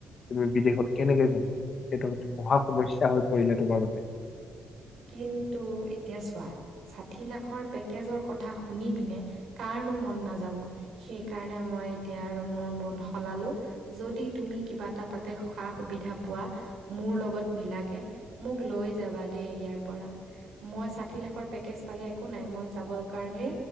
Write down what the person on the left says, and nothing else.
তুমি বিদেশত কেনেকে যাবা সেইটো মহা সমস্যা হৈ পৰিলে তোমাৰ বাবে।